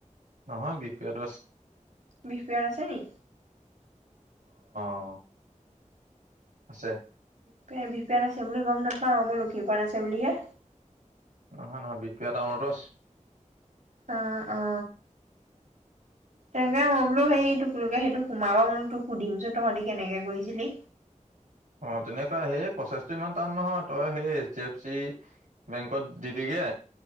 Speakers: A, on the right; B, on the right.
A: নহয় বিক কিয়তো আছে।
B: বিহপিয়াত আছে নি?
A: অ। আছে।
B: তাকে বিহপিয়াত আছে বুলি গম নাপাও ম লখিমপুৰত আছে বুলিহে!
A: নহয় নহয় বিহপিয়া টাউনতো আছে।
B: অ অ তাকে মই বোলো সেই তোকে সেইটো সোমাব বোলো তোক সুধিমচোন তহঁতি কেনেকে কৰিছিলি!
A: অ তেনেকুৱা সেই প্ৰচেছটো ইমান টান নহয় তই সেই এইচ ডি এফ চি বেংকত দি দেগে